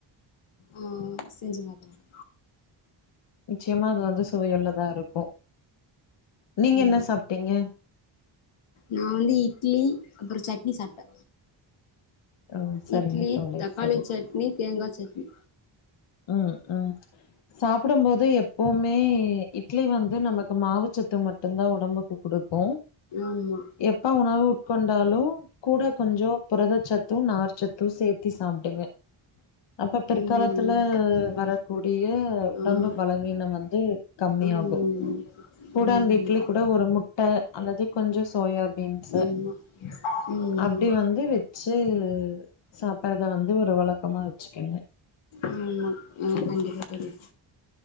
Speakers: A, on the left; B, on the left.
A: ஆ செஞ்சு பாத்ரலா
B: நிச்சயமா அது வந்து சுவையுள்ளதா இருக்கு நீங்க
A: ஆமா
B: என்ன சாப்டிங்க
A: நா வந்து இட்லி அப்றோ சட்னி சாப்ட்டே
B: ம் சரிங்க
A: இட்லி
B: தோழி
A: தக்காளி
B: சரி
A: சட்னி தேங்கா சட்னி
B: ஆ ஆ சாப்புடும்போது எப்போமே இட்லி வந்து நமக்கு மாவுச்சத்து மட்டுதா உடம்புக்கு குடுக்கு
A: ஆமா
B: எப்ப உணவு உட்கொண்டாலு கூட கொஞ்சோ புரதச்சத்து நார் சத்து சேர்த்தி சாப்டுங்க அப்ப பிற்காலத்துல
A: ம் ம்
B: வரக்கூடிய உடம்பு
A: ஆமா
B: பலவீனம் வந்து கம்மியாகு
A: ஆமாமா
B: கூட
A: ஆமா
B: அந்த
A: கண்டிப்பா
B: இட்லி கூட ஒரு முட் ட அல்லது கொஞ்சோ சோயாபீன்ஸ்சு
A: ஆமா ம்
B: அப்டி வந்து வச் சு சாப்டறத வந்து ஒரு வழக்கமா வச்சுக்கங்க
A: ஆமா ஆ கண்டிப்பா தோழி